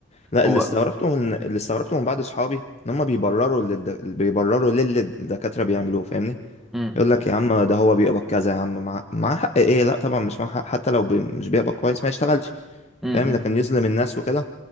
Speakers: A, on the left; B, in the centre.
A: لا
B: هو
A: اللي استغربته من اللي استغربته من بعض اصحابي ان هم بيبرروا للد... بيبرروا للي الدكاتره بيعملوه فاهمني
B: امم
A: يقول لك يا عم ده هو بيقبض كذا يا عم مع مع حق ايه لا طبعا مش مع حق حتى لو بي... مش بيقبض كويس ما يشتغلش
B: امم
A: فاهم
B: امم.
A: لكن يظلم الناس وكده